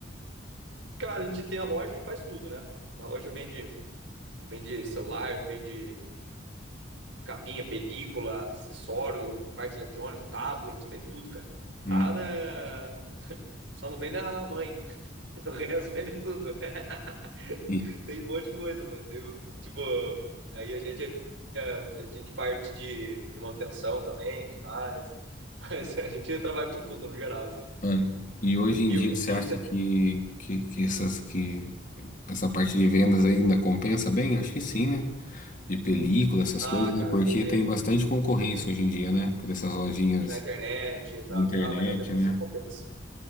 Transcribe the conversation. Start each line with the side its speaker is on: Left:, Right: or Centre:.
Right: cara, a gente tem a loja e faz tudo, né? A loja vende Vende celular, vende capinha, película, acessório, parte eletrônica, tablet, vende tudo, cara.
Left: Hum.
Right: Lá na... Só não vende a mãe. <laughs> O resto vende tudo. <laughs>
Left: E,
Right: Tem um monte de coisa, mano. Tem, um, tipo, aí a gente, a, a gente parte de, de manutenção também, que faz. <laughs> Mas a gente trabalha com tudo, no geral, assim.
Left: mano, e hoje em
Right: E,
Left: dia você
Right: e
Left: acha
Right: você...
Left: que, que, que, essas, que essa parte de vendas ainda compensa bem? Acho que sim, né? De película, essas
Right: Ah,
Left: coisas,
Right: cara,
Left: né? Porque
Right: compensa.
Left: tem bastante concorrência hoje em dia, né? Dessas lojinhas
Right: Na internet, exato.
Left: de internet,
Right: Ah, mas mesmo
Left: né?
Right: assim compensa.